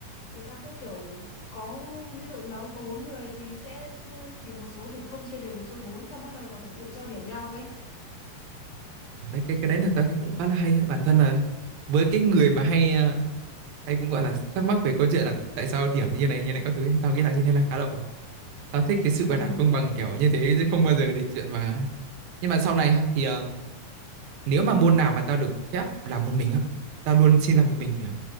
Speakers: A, on the left; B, on the right.
A: trường tao cũng kiểu có ví dụ nhóm có bốn người thì sẽ chia- tìm một số để không chia đều được cho bốn xong bắt đầu là phải tự cho điểm nhau ấy
B: đấy cái cái đấy là tao thấy cũng khá là hay á. bản thân là với cái người mà hay ờ, hay cũng gọi là thắc mắc về câu chuyện là tại sao điểm như này như này các thứ ấy, thì tao nghĩ là như thế là khá là ổn tao thích cái sự
A: Ừ.
B: gọi là công bằng kiểu như thế chứ không bao giờ để chuyện mà nhưng mà sau này ha thì ờ, nếu mà môn nào mà tao được phép làm một mình á tao luôn xin làm một mình mày ạ.